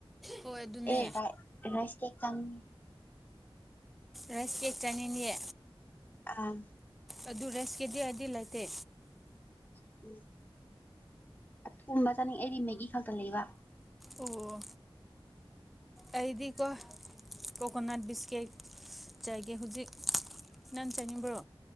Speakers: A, in the centre; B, on the left.
A: ꯍꯣꯏ ꯑꯗꯨꯅꯦ
B: ꯥꯏ <unintelligible> ꯔꯥꯏꯁ ꯀꯦꯛ ꯆꯅꯤꯡꯉꯦ
A: ꯔꯥꯁꯀꯦꯛ ꯆꯅꯤꯡ ꯉꯤ
B: ꯑꯥ
A: ꯑꯗꯨ ꯔꯦꯁꯀꯤꯗꯤ ꯑꯩꯗꯤ ꯂꯩꯇꯦ
B: <unintelligible> ꯎꯝ ꯑꯊꯨꯝꯕ ꯆꯥꯅꯤꯡ ꯑꯩꯗꯤ ꯃꯦꯒꯤ ꯈꯛꯇ ꯂꯩꯕ
A: ꯑꯣ ꯑꯩꯗꯤꯀꯣ ꯀꯣꯀꯣꯅꯠ ꯕꯤꯁꯀꯤꯦꯠ ꯆꯥꯏꯒꯦ ꯍꯧꯖꯤꯛ ꯅꯪ ꯆꯥꯏꯅꯤꯡꯕ꯭ꯔꯣ